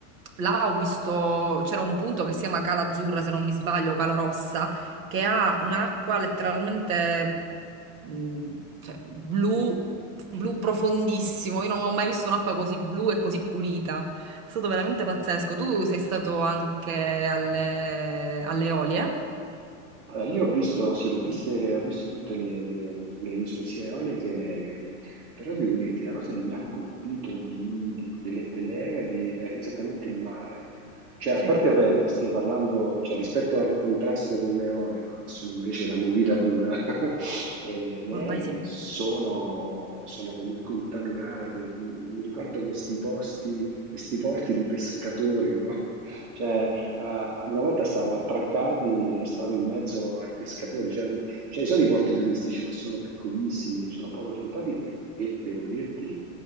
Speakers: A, on the right; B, on the right.
A: là ho visto, c'era un punto che si chiama Cala Azzurra, se non mi sbaglio, Cala Rossa, che ha un'acqua letteralmente mh, cioè, blu, blu profondissimo. Io non ho mai visto un'acqua così blu e così pulita. È stato veramente pazzesco. Tu sei stato anche alle, alle Eolie?
B: Allora, io ho visto, sì, l'ho viste- ho visto tutte le, le isole, sia Eolie che le Egadi, però devo dirti, la cosa che mi ha colpito di- di- delle, delle Egadi è esattamente il mare. Cioè,
A: Sì.
B: a parte vabbè, che stai parlando, cioè, rispetto al contrasto con le Eolie, no, che sono invece la movida pura, <laughs> eh, le
A: Ormai
B: Egadi
A: sì,
B: sono, sono com- contaminate. Mi ricordo questi posti, questi porti di pescatori, no? <laughs> Cioè, eh, una volta stavamo attraccati e stavamo in mezzo ai pescatori, cioè, non- cioè ci sono i porti turistici, ma sono piccolissimi, sono poco frequentati e devo dirti,